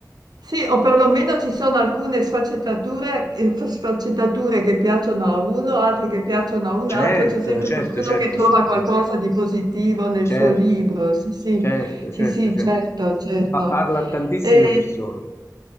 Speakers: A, on the right; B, on the left.
A: sì, o perlomeno ci sono alcune sfaccettature, eh, fa- sfaccettature che piacciono a uno, altre che piacciono a un
B: Certo,
A: altro, c'è sempre
B: certo,
A: qualcuno
B: certo,
A: che trova
B: assolutamente.
A: qualcosa di positivo nel
B: Certo,
A: suo libro. Sì, sì,
B: certo,
A: sì,
B: certo,
A: sì,
B: certo.
A: certo, certo.
B: Pa- parla a tantissime
A: E,
B: persone.